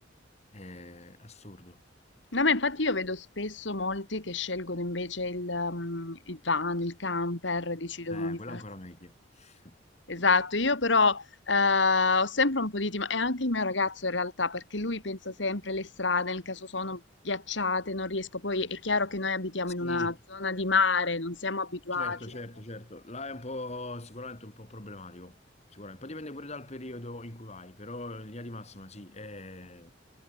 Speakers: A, on the left (about 35°); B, on the left (about 75°).
A: è assurdo.
B: No, ma infatti io vedo spesso molti che scelgono invece il, um, il van, il camper, decidono
A: Eh,
B: di
A: quello
B: farsi.
A: è ancora meglio. <laughs>
B: Esatto, io però eh, ho sempre un po' di timore, e anche il mio ragazzo in realtà, perché lui pensa sempre alle strade, nel caso sono ghiacciate, non riesco. Poi è chiaro che noi abitiamo
A: Sì,
B: in una zona di mare, non siamo abituati
A: Certo, certo,
B: a
A: certo. Là è un po' sicuramente un po' problematico. Sicuramente. Poi dipende pure dal periodo in cui vai, però in linea di massima sì, è,